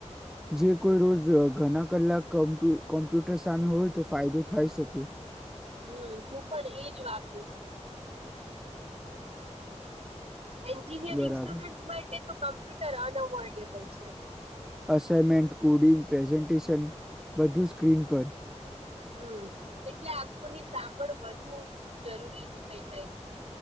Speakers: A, in the centre; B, on the right.
A: જે કોઈ રોજ ઘણા કલાક કોમ્પ્યુટર સામે હોય, તો ફાયદો થાય શકે.
B: હમ, હું પણ એજ વાપરું છું. એન્જિનિયરિંગ
A: બરાબર
B: સ્ટુડન્ટસ માટે તો કમ્પ્યુટર જ્યારે અનઅવોઇડેબલ છે.
A: અસઇમેન્ટ કોડિંગ પ્રેઝન્ટેશન બધું સ્ક્રીન પર.
B: હમ, એટલે આંખોની સાંભળ વધુ જરૂરી થઈ જાય છે.